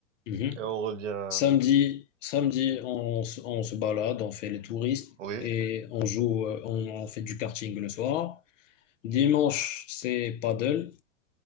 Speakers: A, on the left; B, on the right.
A: Mhm.
B: et on revient.
A: Samedi, samedi, on, se on se balade, on fait les touristes
B: Oui,
A: et on joue, euh, on, on fait du karting le soir. Dimanche, c'est paddle.